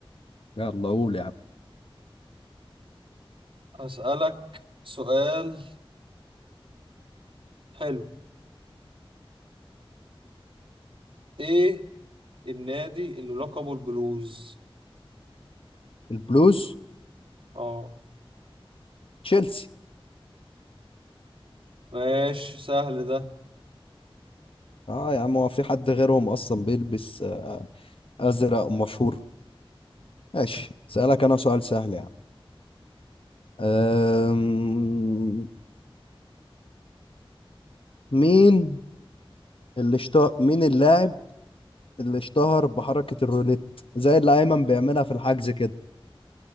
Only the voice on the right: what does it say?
هسألك سؤال حلو ايه النادي اللي لقبه البلوز
اه
ماشي سهل ده